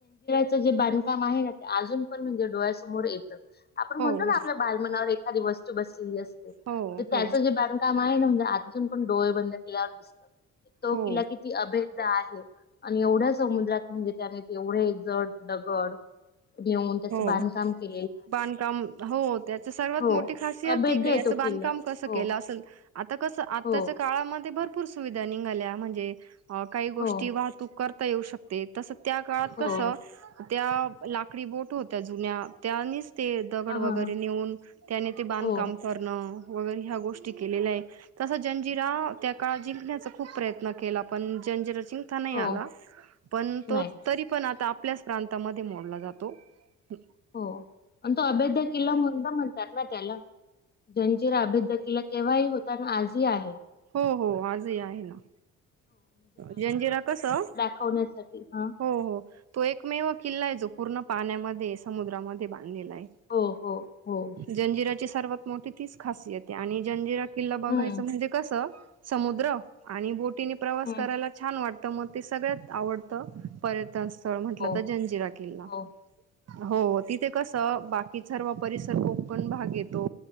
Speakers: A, on the left; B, on the right.
A: <unintelligible> काज पण म्हणे डळ्यासमोर येत आपण
B: हो
A: म्हणो ना
B: हो
A: आप बा एा व ब अस
B: हो
A: त्या
B: हो
A: काम आहे ना म्हणजे अजून पण डोळे बंद केल्यावर दिसत तो
B: हो
A: किला किती अभेद आहे आणि एवढ्या समुद्रात म्हणजे त्याने एवढे जड दगड घेऊन त्याचं बांधकाम
B: हो
A: के
B: बांधकाम हो त्याच सर्वात
A: हो
B: मोठी खासियत
A: अभेद्य
B: ती क
A: आहे
B: याचं
A: तो
B: बांधकाम
A: किल्ला
B: कसं
A: हो
B: केलं असल आता कसं आताच्या
A: हो
B: काळामध्ये भरपूर सुविधा निघाल्या म्हणजे अ काही गोष्टी
A: हो
B: वाहतूक करता येऊ शकते तसं त्या काळात
A: हो
B: कसं त्या लाकडी बोट होत्या जुन्या त्यानीच ते दगड
A: हा हा
B: वगैरे
A: हा
B: नेऊन त्याने ते बांधकाम
A: हो
B: करणं वगैरे ह्या गोष्टी केलेल्या आहे तस जंजिरा त्या काळात जिंकण्याचा खूप प्रयत्न केला पण जंजिरा जिंक नाही
A: हो
B: आला पण तो
A: नाही
B: तरी पण आता आपल्याच प्रांतामध्ये मोडला जातो ह
A: हो आणि तो अभैद किल्ला म्हणून तर म्हणत्यात ना त्याला. जंजिरा अभेद किल्ला तेव्हाही होता आणि आजही आहे.
B: हो हो आजही आहे ना, जंजिरा कसं
A: होण्यासाठी हा
B: हो हो तो एकमेव किल्ला आहे, जो पूर्ण पाण्यामध्ये समुद्रामध्ये बां धलेला आहे.
A: हो हो हो.
B: जंजिऱ्याची सर्वात मोठी तीच खासियत आहे आणि जंजिरा किल्ला बघायचं
A: हम्म
B: म्हणजे कसं समुद्र आणि बोटीने प्रवास
A: हम्म
B: करायला छान वाटतं, मग ते सगळ्यात आवडतं. पर्यटनस्थळ म्हंटलं
A: हो
B: तर जंजिरा किल्ला.
A: हो
B: हो हो ती ते कसं बाकी सर्व परिसर कोकण भाग येतो.